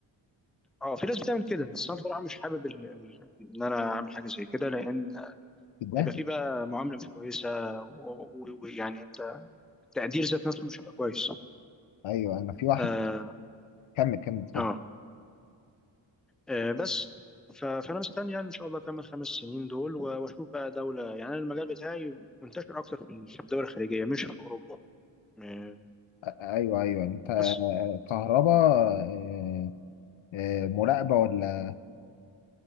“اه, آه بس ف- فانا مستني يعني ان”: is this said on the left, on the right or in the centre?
Centre